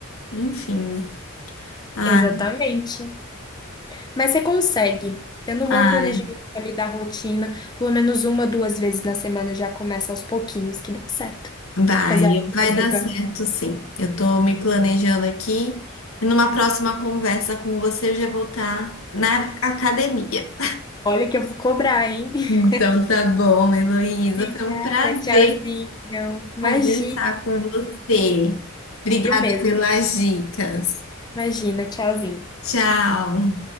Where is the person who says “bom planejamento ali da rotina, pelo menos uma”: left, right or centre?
Left